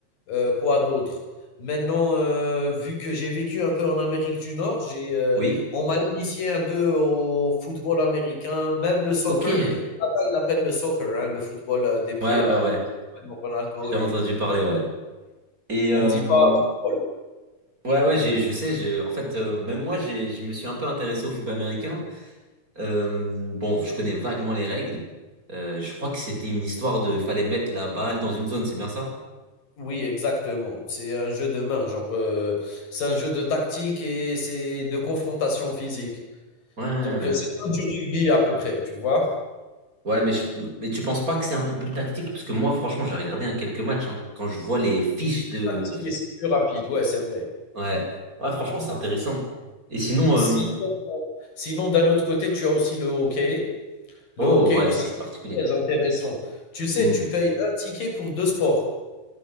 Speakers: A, on the left; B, on the right.
A: euh, quoi d'autre? Maintenant, euh, vu que j'ai vécu un peu en Amérique du Nord, j'ai, euh,
B: Oui?
A: on m'a initié un peu au football américain, même le soccer.
B: Ok. Ouais,
A: Là-bas, ils l'appellent le soccer, hein, le football euh, des pieds,
B: ouais,
A: là,
B: ouais.
A: de Cristiano Ronaldo,
B: J'ai
A: et
B: entendu parler, ouais. Et
A: on
B: euh,
A: ne dit pas football.
B: ouais, ouais, j'ai, je sais, j'ai, en fait, euh, même moi, j'ai, je me suis un peu intéressé au football américain. Euh, bon, je connais vaguement les règles. Euh, je crois que c'était une histoire de fallait mettre la balle dans une zone, c'est bien ça?
A: Oui, exactement. C'est un jeu de main, genre, heu, c'est un jeu de tactique et c'est de confrontation physique.
B: Ouais, ouais,
A: Donc, heu, c'est comme du rugby à peu près, tu vois?
B: Ouais, mais, je- mais tu penses pas que c'est un peu plus tactique? Parce que moi, franchement, j'ai regardé hein, quelques matchs. hein. Quand je vois les fiches
A: C'est plus
B: de,
A: tactique et c'est plus rapide, ouais, c'est vrai.
B: Ouais. Ouais, franchement, c'est intéressant. Et sinon,
A: Sinon
B: euh,
A: sinon d'un autre côté, tu as aussi le hockey. Le
B: oh
A: hockey
B: ouais,
A: aussi,
B: ça c'est particulier.
A: c'est très intéressant. Tu sais,
B: Hmm.
A: tu payes un ticket pour 2 sports.